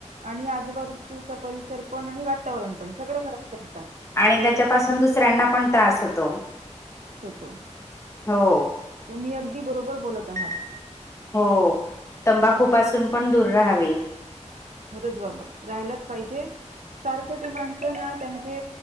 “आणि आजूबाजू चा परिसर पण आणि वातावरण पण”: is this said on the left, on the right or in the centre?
Right